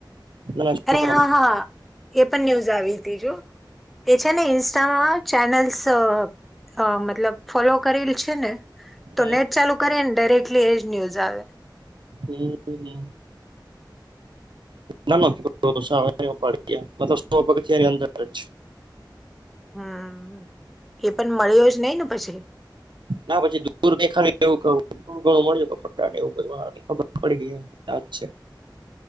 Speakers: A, on the right; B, in the centre.
A: નાના છોકરાઓને
B: અરે હા હા એ પણ ન્યૂઝ આવી તી જો. તે છે ને ઇન્સ્ટામાં ચેનલ્સ અહ હા મતલબ ફોલો કરેલ છે ને
A: હા
B: તો નેટ ચાલુ કરી ને ડાયરેક્ટલી એજ ન્યૂઝ આવે.
A: હમ્મ, હમ્મ. ના ના ઉપડી ગયા સો પગથી એની અંદર જ.
B: હા એ પણ મળ્યો જ નહી ને પછી?
A: ના પછી દૂર ક ખાલી એવું કવું. ઘણું મળ્યું ને એવું બ ખબર પડી ગઈ એ આજ છે.